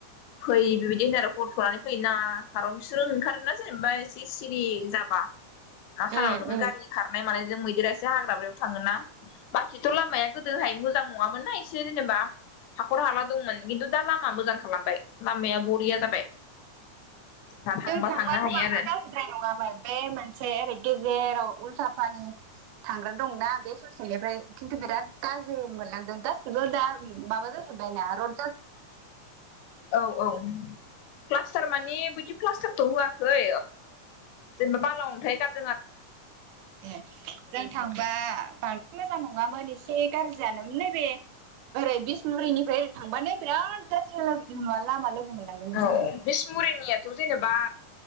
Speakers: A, on the left; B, on the right.
A: फै बिबायदि होनो आरो हर थ'नानै फैयोना खारन बिसोरो ओंखारोना जेनेबा एसे सिरि जाबा । ना सानाव
B: उम
A: नोङो गारि खारनाय मानाय जों मैदेरासो हाग्र बारियाव थाङोन ना बाखिथ' लामाया गोदोहाय मोजां नङामोन ना एसे जेनेबा हाखर हाला दंमोन खिन्थु दा लामा मोजां खालामबाय । लामाया बरिया जाबाय दा थांबा
B: जों थांबाबो
A: थांनो हायो
B: बांद्राय
A: आरो
B: गाज्रिद्राय नङामोन। बे मोनसे ओरै गेजेराव उल्थापानि थांग्रा दंना बे ससेनिफ्राय खिन्थु बिराद गाज्रि मोनलां गासिबो दा माबा जाजोब्बायना र
A: औ औ प्लास्टार माने बिदि प्लासटारथ' होाखै जेनेबा बाला अन्थाय गार
B: ए जों थांबा बां मोजां नङामोन एसे गाज्रि जानोमोन, नैबे‌ ओरै बिसमुरिनिफ्राय ओरै थांबानो बिराद गाज्रि ना लामा लोगो मोनलांदोंमोन
A: औ
B: जोङो।
A: बिसमुरिनियाथ' जेनेबा